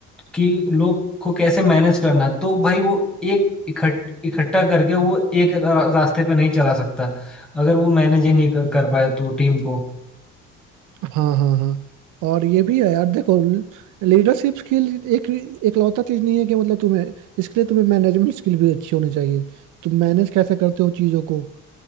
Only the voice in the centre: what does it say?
कि लोग को कैसे मैनेज करना है, तो भाई वो एक इकट्ठ इकट्ठा करके वो एक रा, रास्ते पे नहीं चला सकता अगर वो मैनेज ही नहीं कर, कर पाए तो टीम को